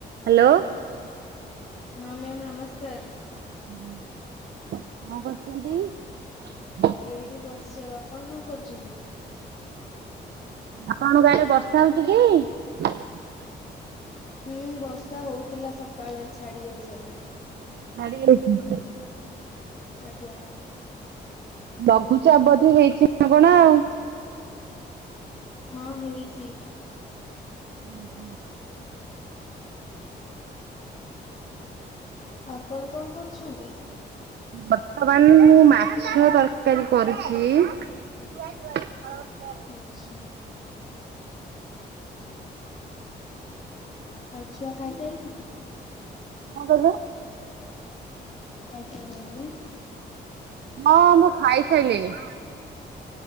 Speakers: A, on the right; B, on the left.
A: Hello.
B: ହଁ ma'am ନମସ୍କାର।
A: ହୁଁ କଁ କରୁଚନ୍ତି।
B: ଏଇଠି ବସିଛି ଆଉ ଆପଣ କଣ କରୁଛନ୍ତି।
A: ଆପଣଙ୍କ ଆଡେ ବର୍ଷା ହୋଉଚି କି। <inaudible>
B: ହୁଁ ବର୍ଷା ହୋଉଥିଲା ସକାଳେ ଛାଡି ଯାଇଚି ଏବେ।
A: ଛାଡ଼ିଯାଇଚି ଉଁହୁଁ।
B: ଆଜ୍ଞା।
A: ଲଘୁଚାପ ବୋଧେ ହେଇଚି ନା କଣ ଆଉ।
B: ହଁ ହେଇଚି।
A: ଉଁହୁଁ।
B: ଆପଣ କଣ କରୁଛନ୍ତି।
A: ବର୍ତ୍ତମାନ ମୁଁ ମାଛ ତରକାରୀ କରୁଛି। <unintelligible>
B: ଆଚ୍ଛା। ଆଉ ଛୁଆ ଖାଇସାଇଲେଣି।
A: କଁ କହିଲେ।
B: ଖାଇସାଇଲେନି।
A: ହଁ ମୁଁ ଖାଇସାଇଲିଣି।